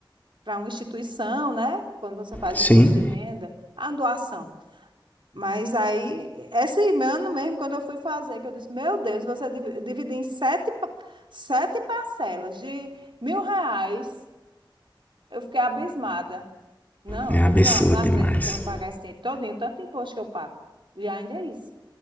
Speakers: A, on the right; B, on the left.
A: para uma instituição, né? Quando você faz
B: sim.
A: o imposto de renda, a doação. Mas aí, esse ano mesmo, quando eu fui fazer, que eu disse, meu Deus, você div- dividir em sete, pa- sete parcelas de mil reais, eu fiquei abismada. Não,
B: É
A: eu digo,
B: absurdo
A: não, não acredito
B: demais.
A: que eu vou pagar esse dinheiro todinho, tanto imposto que eu pago. E ainda é isso.